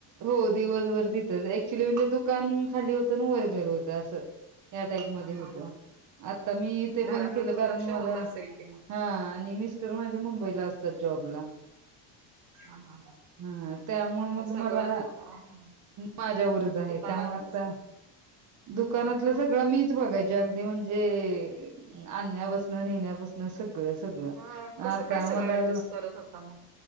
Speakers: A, on the right; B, on the right.
A: हो दिवसभर तिथंच ऍक्च्युली म्हणजे दुकान खाली होतं आणि वर घर होतं असं. या टाईप मध्ये
B: हा
A: होत
B: हा हा
A: आता मी तेे
B: घराकडे
A: बंद केलं
B: दुर्लक्ष
A: कारण
B: होत
A: मला
B: असेल कि मग
A: हा आणि मिस्टर माझे मुंबईला असतात जॉबला.
B: हा हा
A: हा त्यामुळे मग
B: सगळं
A: मला
B: दु हा हा
A: माझ्यावरच आहे
B: दुकानातलं
A: त्यामुळे आता दुकानातल
B: हा हा
A: सग सगळं मीच बघायचे अगदी म्हणजे आणण्यापासन नेण्यापासन न सगळं सगळं
B: हा कसं
A: आता
B: काय सगळं
A: मला
B: ऍडजस्ट करत होता मग